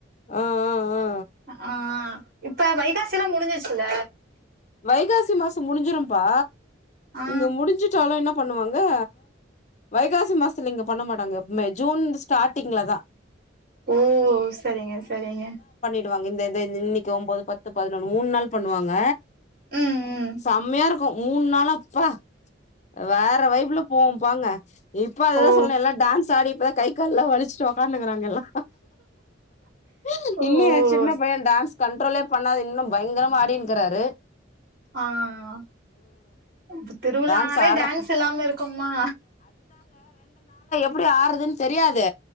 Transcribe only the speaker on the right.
ஆஹ் இப்ப வைகாசி எல்லா முடிஞ்சச்சுல
ஆ
ஓ சரிங்க சரிங்க
ம் ம்
ஓ
ஓ
ஆஹ் இப்ப திருவிழா
நாளே
டான்ஸ் இல்லாம இருக்குமா